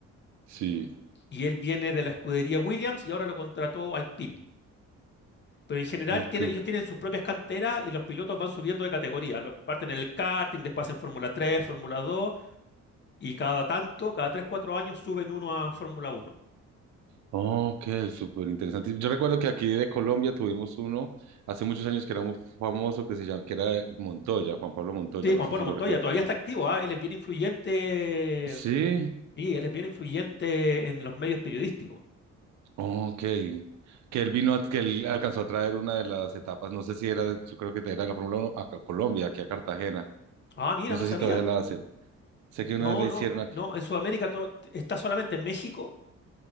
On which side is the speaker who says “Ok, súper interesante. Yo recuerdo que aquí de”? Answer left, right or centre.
Right